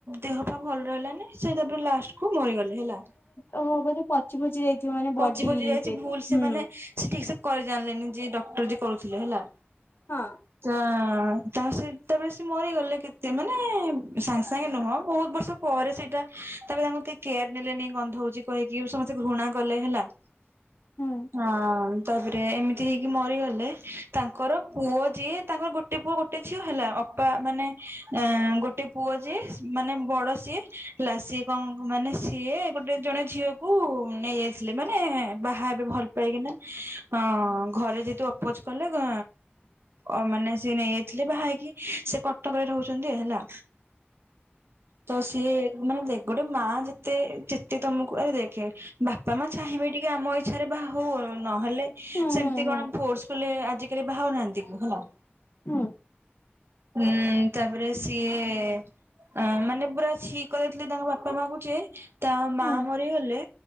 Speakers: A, on the right; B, on the left.
A: ଦେହପାଆ ଭଲ ରହିଲାନି। ସେଇ ତାପରେ ଲାଷ୍ଟକୁ ମରିଗଲେ ହେଲା।
B: ଓହୋ ବୋଧେ ପଚି ପଚି ଯାଇଥିବ ମାନେ ବଡି
A: ପଚି ପଚି ଯାଇଛି
B: ଚେକର।
A: ଭୁଲ ସେମାନେ ସେ ଠିକସେ କରି ଜାଣିଲେନି ଯିଏ ଡକ୍ଟର ଯିଏ କରୁଥିଲେ ହେଲା।
B: ହଁ।
A: ତ ତାହା ସେ ତାପରେ ସେ ମରିଗଲେ କେତେ ମାନେ ସାଙ୍ଗ ସାଙ୍ଗେ ନୁହଁ ବୋହୁତ ବର୍ଷ ପରେ ସେଇଟା ତାପରେ ତାଙ୍କୁ କେହି କେୟାର ନେଲେନି ଗନ୍ଧୋଉଚି କହିକି ସମସ୍ତେ ଘୃଣା କଲେ ହେଲା
B: ହୁଁ।
A: ହଁ ତାପରେ ଏମିତି ହେଇକି ମରିଗଲେ ତାଙ୍କର ପୁଅ ଯିଏ ତାଙ୍କର ଗୋ ଗୋଟେ ପୁଅ ଗୋଟେ ଝିଅ ହେଲା ଅପା ମାନେ ଏ ଗୋଟେ ପୁଅ ଯିଏ ମାନେ ବଡ ସିଏ। ହେଲା ସିଏ କଣ କ ମାନେ ସିଏ ଗୋଟେ ଜଣେ ଝିଅକୁ ନେଇ ଆ ଆସିଲେ ମାନେ ବାହାହେବେ ଭଲ ପାଇକିନା ଅଁ ଘରେ ଯେହେତୁ ଅପୋଜ କଲେ ଘ ଅ ମାନେ ସିଏ ନେଇଯାଇଥିଲେ ବାହା ହେଇକି ସେ କଟକରେ ରହୁଚନ୍ତି ହେଲା
B: ହ
A: ତ ସିଏ ମାନେ ଦେଖ ଗୋଟେ ମା ଯେତେ ଯେତେ ତମକୁ ଆରେ ଦେଖେ ବା ବାପାମାଆ ଚାହିଁବେ ଟିକେ ଆମ ଇଚ୍ଛାରେ ବାହା ହୋଉ ନହେଲେ
B: ହୁଁ
A: ସେମିତି
B: ହୁଁ ହୁଁ
A: କଣ ଫୋର୍ସ କଲେ ଆଜିକାଲି ବାହାହୋଉନାହାନ୍ତି ହେଲା।
B: ହୁଁ।
A: ଉଁ ତାପରେ ସିଏ ଆ ମାନେ ପୁରା ଛି କରିଦେଇଥିଲେ ତାଙ୍କ ବାପାମାଆଙ୍କୁୁ କିଏ ତା ମା
B: ହୁଁ ହୁଁ
A: ମରିଗଲେ